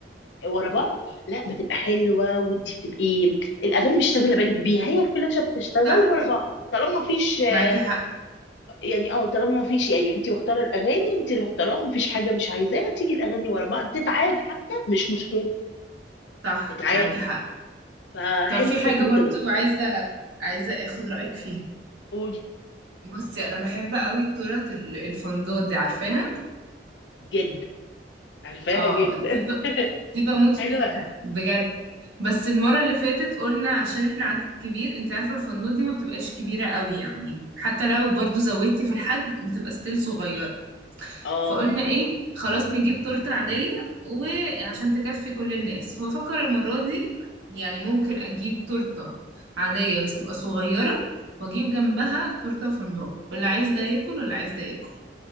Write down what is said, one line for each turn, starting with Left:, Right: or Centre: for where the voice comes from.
Left: ورا بعض لا بتبقى حلوه وانت بتبقي الاغاني مش شاغله بالك بيها هي فلاشه بتشتغل
Right: صح
Left: ورا بعض طالما مفيش آه،
Right: معاكي حق
Left: يعني اه طالما مفيش يعني انت مختاره الاغاني انت اللي مختاراها مفيش حاجه مش عايزاها تيجي الاغاني ورا بعض تتعاد حتى مش مشكله
Right: صح
Left: تتعاد
Right: معاكي حق
Left: فحلو
Right: طب في
Left: فكره
Right: حاجة برضو
Left: ال
Right: عايزة عايزة اخد رأيك فيها
Left: قولي
Right: بصي انا بحب قوي التورت ال- الفندق دي عارفاها
Left: جد عارفاها
Right: اه
Left: جدا
Right: دي ب... دي بموت فيها
Left: <laughs> حلوه
Right: بجد بس المرة اللي فاتت قلنا عشان احنا عدد كبير انت عارفة الفندق دي ما بتبقاش كبيرة قوي يعني حتى لو برضو زودتي في الحجم بتبقى ستيل صغيرة
Left: اه
Right: فقلنا ايه خلاص نجيب تورتة عادية وعشان تكفي كل الناس فبفكر المرة دي يعني ممكن اجيب تورتة عادية بس تبقى صغيرة واجيب جنبها تورتة فندق واللي عايز ده ياكل واللي عايز ده ياكل